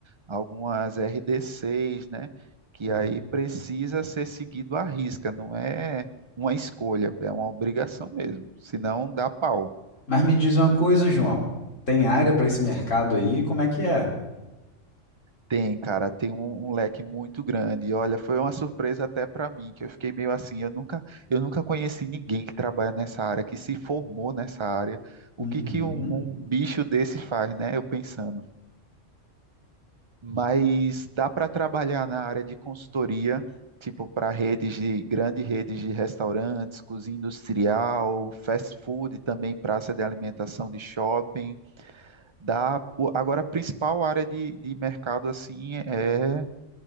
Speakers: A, on the right; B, on the left.
A: algumas RDCs, né? Que
B: Hum.
A: aí precisa ser seguido à risca, não é uma escolha, é uma obrigação mesmo, senão dá pau.
B: Mas me diz uma coisa, João. Tem área para esse mercado aí? Como é que é?
A: Tem, cara, tem um, um leque muito grande. E olha, foi uma surpresa até para mim, que eu fiquei meio assim, eu nunca, eu nunca conheci ninguém que trabalha nessa área, que se formou nessa área. O
B: Uhum.
A: que que um, um bicho desse faz, né? Eu pensando. Mas dá para trabalhar na área de consultoria, tipo para redes de grandes redes de restaurantes, cozinha industrial, fast food, também praça de alimentação de shopping. Dá, o- agora a principal área de, de mercado assim é